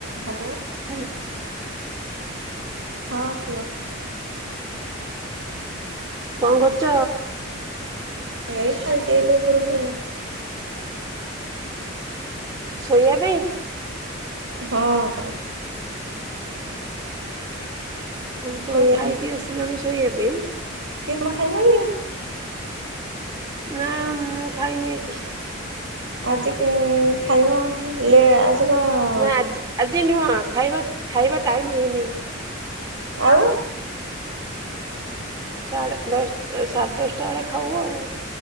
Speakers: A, on the right; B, on the right.
A: ହାଲୋ।
B: ହଁ।
A: ହଁ କୁହ
B: କଣ କରୁଛ?
A: ଏଇ ଖାଇକି ଆଇଲି ଉପରକୁ।
B: ଶୋଇବା ପାଇଁ <unintelligible>
A: ହଁ।
B: ଉଁ ତମର
A: ସେଇଆ
B: ଖାଇକି ଆସିଲଣି ଶୋଇବା ପାଇଁ?
A: କିଏ କଣ ଖାଇଲନି <unintelligible>
B: ନା ମୁଁ ଖାଇନି ଆଜି।
A: ଆଜିିକି ଖାଇବ ଲେ କି କହ ଅ <unintelligible>
B: ନା ଆଜି ଆଜି ନୁହଁ ଖାଇବା ଖାଇବା ଟାଇମ୍ ହେଇନି।
A: ଆଉ।
B: ସାଢ଼େ ଦଶ ସାଢ଼େ ଦଶଟା ବେଳେ ଖାଉ ଆଉ।